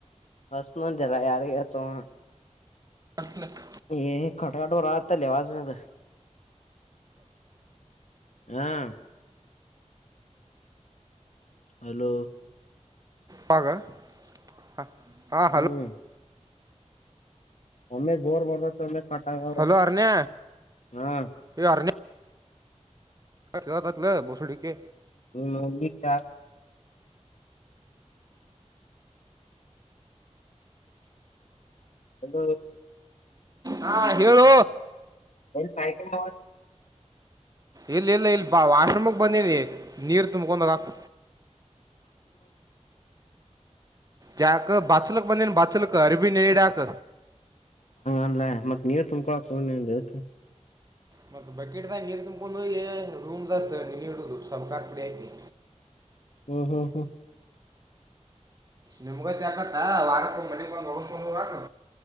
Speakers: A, on the left; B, on the right.
A: ಹೆಚ್ಚಿತೇನಿ ಅಂದೆಲ್ಲ ಯಾರಿಗ ಹಚ್ಚಾವ್.
B: <unintelligible>
A: ಏ ಕಟ್ ಕಟ್ ಬರತೇತಿ ಅಲ್ಲೇ ಆವಾಜ್ ಇದ. ಹ್ಮ ಹಲೋ.
B: ಹೌದ ಹಾ.
A: ಹ್ಮ್
B: ಹಲೋ
A: ಒಮ್ಮೆ ಜೋರ್ ಬರ್ತೇತಿ ಒಮ್ಮೆ. ಕಟ್ ಆಗತೈತಿ
B: ಹಲೋ ಅರ್ನ್ಯ
A: ಹಾ
B: ಏ ಅರ್ನ್ಯ. ಕೆಲತೆತ್ಲಾ ಬೋಸ್ಡಿಕೆ.
A: ಹ್ಮ್ ಈ <inaudible> ಶಿಂದೊಳ್ಳಿ.
B: ಹಾ ಹೇಳೋ.
A: ಪೈಕಯನೆ.
B: ಇಲ್ಲಿ ಇಲ್ಲ ಇಲ್ಲಿ ಬಾ ವಾಶ್ರೂಮಗೆ ಬಂದೇವಿ ನೀರ್ ತುಂಬಕೊಂಡ ಹೋಗಕ್. ಜಾಕ ಬಚಲಕ್ ಬಂದಿನ ಬಚಲಕ ಅರಬಿ ನೆನಿಇಡಾಕ್.
A: ಅನ್ಲ ಮತ್ <inaudible>
B: ಮತ್ತ ಬಕೆಟದಾಗ್ ನೀರು ತುಂಬಕೊಂಡ ಹೋಗಿ ರೂಮ್ ದ ನೇಣಿ ಇಡೋದು ಸಬ್ಕರ್ ಪುಡಿ ಹಾಕಿ.
A: ಹ್ಮ್ ಹ್ಮ್ ಹ್ಮ್.
B: ನಿಮಗೈತಿ ಆಕತ್ತ ವಾರಕ್ಕೊಮ್ಮೆ ಮನೆಗ್ ಬಂದ್ ಓಗಸ್ಕೊಂಡ್ ಹೋಗಾಕಾ.